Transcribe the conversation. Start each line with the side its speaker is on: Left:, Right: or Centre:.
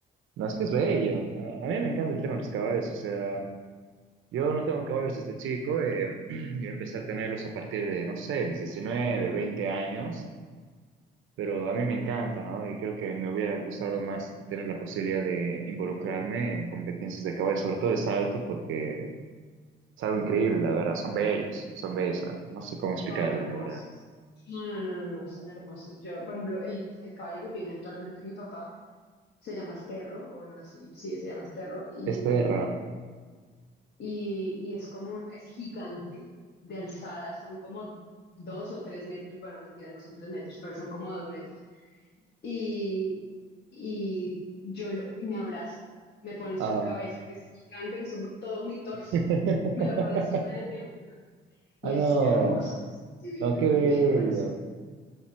Right: No, es que es bello. A, a mí me encanta el tema de los caballos. O sea, yo no tengo caballos desde chico. eh, <clears throat> yo empecé a tenerlos a partir de, no sé, mis 19 20 años. Pero a mí me encanta, ¿no? Y creo que me hubiera gustado más tener la posibilidad de involucrarme en competencias de caballos, sobre todo de salto, porque Es algo increíble, la verdad. Son bellos, son bellos. ah, No sé cómo explicarlo,
Left: Son hermosos.
Right: la verdad.
Left: No, no, no, no, no, son hermosos. Yo, por ejemplo, el, el caballo que tiene actualmente mi papá se llama Esterro, o bueno, así, sí, se llama Esterro, y,
Right: Es perra.
Left: y, y es como un, es gigante de alzada, son como dos o tres metros, bueno, mentira, no son tres metros, pero son como dos metros, y, y yo lo, y me abraza, me pone su
Right: Ah.
Left: cabeza, que es gigante, que es como todo mi torso,
Right: <laughs>
Left: <laughs> me la pone encima de mi hombro. Y
Right: Ah,
Left: es
Right: no.
Left: hermoso, es divino,
Right: No, qué
Left: es
Right: bello.
Left: divino, parece.